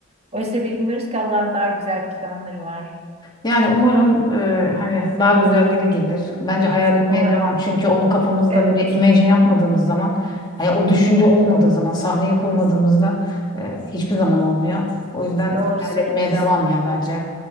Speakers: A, on the right; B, on the left.
A: oysa bilmiyoruz ki Allah'ın daha güzel planları var.
B: Yani umarım e, hani daha güzelleri gelir. Bence hayal etmeye
A: Umarım.
B: devam. Çünkü onu kafamızda
A: Evet,
B: böyle imagine yapmadığımız zaman, hani o düşünce olmadığı zaman, sahneyi kurmadığımızda e, hiçbir zaman olmuyor. O yüzden
A: doğru
B: hayal
A: söylüyorsun.
B: etmeye devam ya bence.